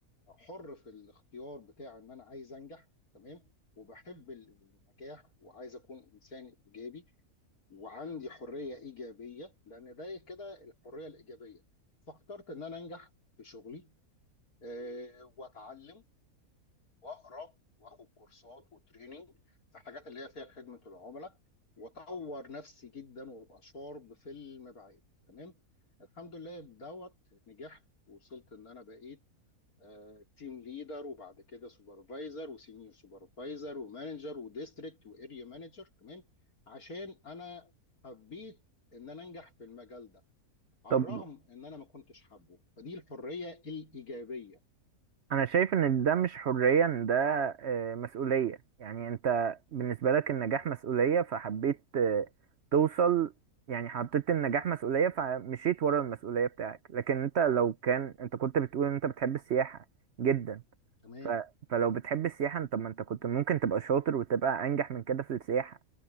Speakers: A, on the left; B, on the right.
A: حر في الاختيار بتاع إن أنا عايز أنجح تمام وبحب النجاح وعايز أكون إنسان إيجابي وعندي حرية إيجابية لأن ده كده الحرية الإيجابية فاخترت إن أنا أنجح في شغلي آه، وأتعلم واقرا واخد كورسات وتريننج في حاجات اللي هي فيها خدمه العملاء واطور نفسي جدا وابقى شارب في المبيعات تمام الحمد لله بدوت نجحت وصلت ان انا بقيت تيم ليدر وبعد كده سوبرفايزر وسينيور سوبرفايزر ومانجر وديستريكت واريا مانجر تمام عشان انا حبيت ان انا انجح في المجال ده على
B: طب
A: الرغم ان انا ما كنتش حابه فدي الحريه الايجابيه
B: انا شايف ان ده مش حرية ان ده آه، مسؤولية يعني انت بالنسبة لك النجاح مسؤولية فحبيت آه، توصل يعني حطيت النجاح مسؤولية فمشيت ورا المسؤولية بتاعك لكن انت لو كان انت كنت بتقول ان انت بتحب السياحة جدا
A: تمام
B: ف... فلو بتحب السياحة انت ما انت كنت ممكن تبقى شاطر وتبقى انجح من كده في السياحة